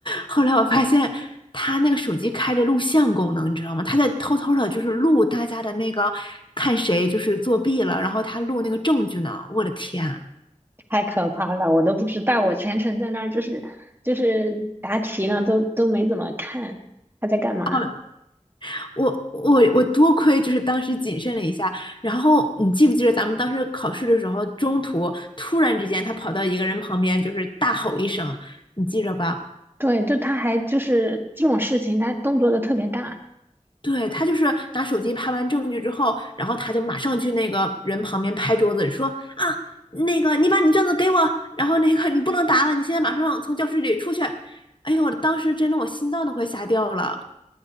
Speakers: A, on the left (about 40°); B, on the right (about 15°).
A: 后来我发现他那个手机开着录像功能，你知道吗？他在偷偷的，就是录大家的那个看谁就是作弊了，然后他录那个证据呢。我的天啊！
B: 太可怕了，我都不知道，我全程在那儿就是就是答题呢，都都没怎么看他在干嘛。
A: 哦，我我我多亏就是当时谨慎了一下，然后你记不记得咱们当时考试的时候，中途突然之间他跑到一个人旁边，就是大吼一声，你记着吧？
B: 对，就他还就是这种事情，他动作都特别大。
A: 对，他就是拿手机拍完证据之后，然后他就马上去那个人旁边拍桌子说啊，那个你把你卷子给我，然后那个你不能答了，你现在马上从教室里出去。哎呦，当时真的我心脏都快吓掉了。